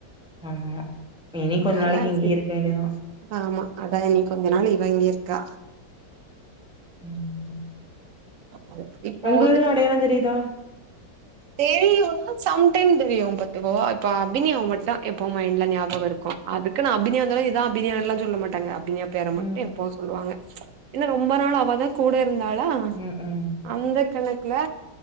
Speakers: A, in the centre; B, on the right (about 65°).
A: ஆமா இனி
B: ம்
A: கொஞ்ச நாளைக்கு
B: அதா
A: இங்கயே
B: சரி
A: இருக்க வேண்டியதுதா
B: ஆமா அதா இனி கொஞ்ச நாள் இவ இங்க இருக்கா
A: ம்
B: அப்டியே போகுது
A: உங்களுக்குலா அடையாள தெரியுதா
B: தெரியு சம்டைம் தெரியு பாத்துகோ இப்ப அபிநயாவா மட்டு எப்போ மைண்ட்ல ஞாபகோ இருக்கு அதுக்குன அபிநயா வந்தொன்னே இதுதா அபிநயான எல்லா சொல்ல மாட்டாங்க அபிநயா பேர மட்டு
A: ம்
B: எப்பவு சொல்லுவாங்க ஏன்ன ரொம்ப நாள் அவதா கூட இருந்தாளா
A: ம் ம்
B: அந்த கணக்குல